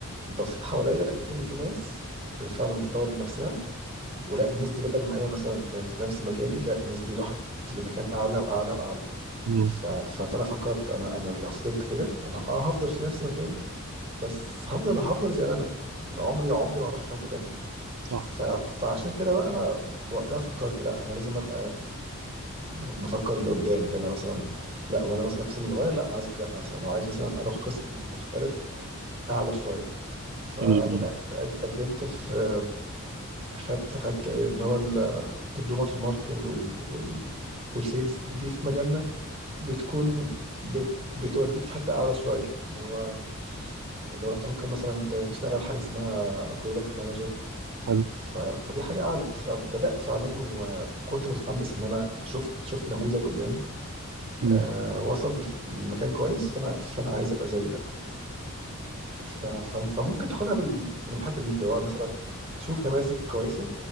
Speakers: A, on the right (about 25°); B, on the right (about 80°).
A: بصيت حواليا لقيت ان في ناس فعلا بتطور من نفسها ولا الناس دي بدل ما هي مثلا كانت في نفس مكاني لا الناس دي راحت لمكان اعلى واعلى واعلى
B: مم.
A: ف... ف... فانا فكرت انا انا لو فضلت كده انا اه هفضل في نفس مكاني بس هفضل هفضل زي ما انا عمري عمري ما هروح في حتة تانية
B: صح
A: ف... فعشان كده بقى انا وقتها فكرت لا انا لازم ابقى بفكر لقدام لان انا مثلا لا وانا مثلا في سن صغير لا انا عايز اترقى مثلا او عايز مثلا اروح قسم مختلف اعلى شويه فبدات
B: مم.
A: قد- قدمت في خدت خدت اللي هو الدبلومه في الماركتينج وال... وال... والسيلز دي في مجالنا بتكون بت... بتوديك في حته اعلى شويه اللي هو اللي هو انت ممكن مثلا ت- تشتغل حاجه اسمها برودكت مانجر
B: حلو
A: ف... فدي حاجة أعلى فبدأت فعلا وكنت متحمس إن أنا شفت شفت نموذج قدامي آه
B: مم.
A: وصل لمكان كويس فأنا فأنا عايز أبقى زي ده ف... ف... فممكن تاخدها بال... من الحتة دي اللي هو مثلا تشوف نماذج كويسة